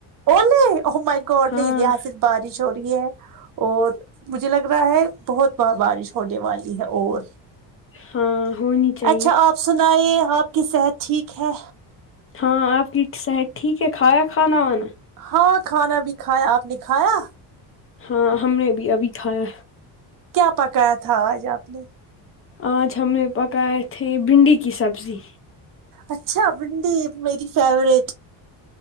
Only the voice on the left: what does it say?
ہاں
ہاں ہونی چاہیے
ہاں آپ کی صحت ٹھیک ہے کھایا کھانا وانا
ہاں ہم نے بھی ابھی کھایا
آج ہم نے پکائے تھے بھنڈی کی سبزی